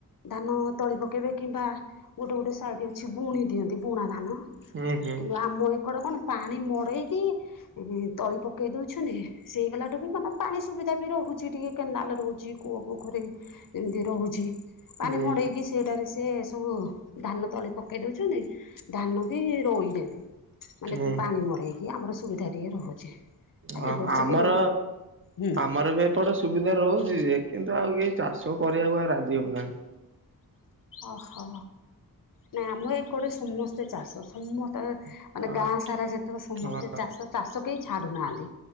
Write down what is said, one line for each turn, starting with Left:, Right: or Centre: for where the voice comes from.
Left: ଧାନ ତଳି ପକେଇବେ କିମ୍ବା ଗୋଟେ ଗୋଟେ ସାଇଡ୍ ଅଛି ବୁଣି ଦିଅନ୍ତି। ବୁଣା ଧାନ
Right: ହୁଁ ହୁଁ ହୁଁ।
Left: କିନ୍ତୁ ଆମ ଏପ ଏକଡ କଣ, ପାଣି ମଡେଇକି ତଳି ପକେଇ ଦଉଛନ୍ତି। ସେଇଗଲାଠୁ ବି କଣ ପାଣି ସୁବିଧା ବି ରହୁଛି ଟିକେ। କେନାଲ୍ ରହୁଛି, କୂଅ ପୋଖରୀ ଏମିତି ରହୁଛି। ପାଣି
Right: ହୁଁ
Left: ମଡେଇକି ସେଟାରେ ସେ ସବୁ ଧାନ ତଳି ପକେଇ ଦଉଛନ୍ତି। ଧାନ ବି ରୋଇଦେବେ, ମାନେ
Right: ହୁଁ
Left: ପାଣି ମଡ଼େଇି କି ଆମର ସୁବିଧା ଟିକିଏ ରହୁଛି। ଏଇ
Right: ହ
Left: ବର୍ଷ
Right: ଆମର,
Left: ତ ହୁଁ
Right: ଆମର ବି ଏପଟ ସୁବିଧା ରହୁଛି ଯେ, କିନ୍ତୁ ଆଉ କେହି ଚାଷ କରିବାକୁ ଆଉ ରାଜି ହେଉନାହାନ୍ତି।
Left: ଓହୋ। ନାଇଁ ଆମ ଏକଡ଼େ ସମସ୍ତେ ଚାଷ। ସମସ୍ତେ ତ
Right: ହଁ
Left: ମାନେ ଗାଁ ସାରା ଯେତେବେଳେ ସମସ୍ତେ
Right: ହଁ
Left: ଚାଷ ଚାଷ କେହି ଛାଡ଼ୁନାହାଁନ୍ତି।